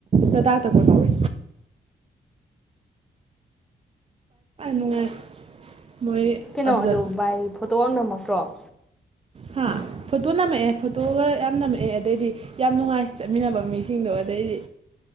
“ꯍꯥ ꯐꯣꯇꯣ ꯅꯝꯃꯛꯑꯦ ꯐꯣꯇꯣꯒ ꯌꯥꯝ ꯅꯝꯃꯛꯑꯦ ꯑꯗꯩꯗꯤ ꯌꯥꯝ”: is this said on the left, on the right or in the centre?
Right